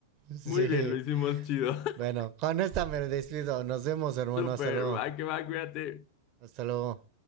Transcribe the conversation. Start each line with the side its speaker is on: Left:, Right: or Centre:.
Right: sí.
Left: Muy bien, lo hicimos chido. <laughs>
Right: Bueno, con esta me despido. Nos vemos, hermano.
Left: Súper.
Right: Hasta luego.
Left: Va que va, cuídate.
Right: Hasta luego.